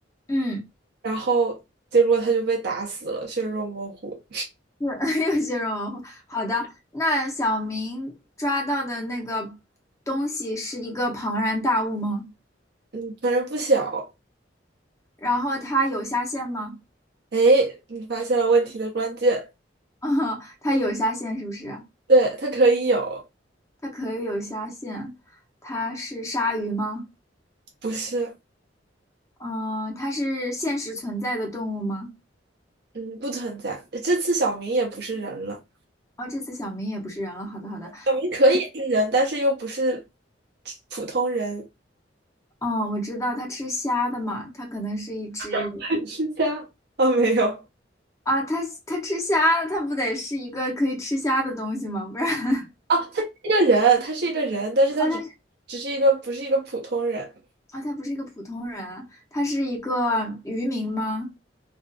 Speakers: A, on the left (about 15°); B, on the right (about 60°).
A: 嗯。
B: 然后结果他就被打死了，血肉模糊。
A: 是 <laughs> 有些人文化。好的，那小明抓到的那个东西是一个庞然大物吗？
B: 嗯，反正不小。
A: 然后它有虾线吗？
B: 哎，你发现了问题的关键，
A: <laughs> 它有虾线是不是？
B: 对，他可以有，
A: 它可以有虾线，它是鲨鱼吗？
B: 不是，
A: 嗯，它是现实存在的动物吗？
B: 嗯，不存在。这次小明也不是人了，
A: 哦，这次小明也不是人了。好的，好的。
B: 小明可以是人，但是又不是普通人，
A: 哦，我知道它吃虾的嘛，它可能是一只
B: <laughs> 吃虾。哦，没有。
A: 啊，它它吃虾的，它不得是一个可以吃虾的东西吗？不然。<laughs>
B: 哦，他是一个人，他是一个人，但是他只只是一个不是一个普通人。
A: 哦，它啊，他不是一个普通人，他是一个渔民吗？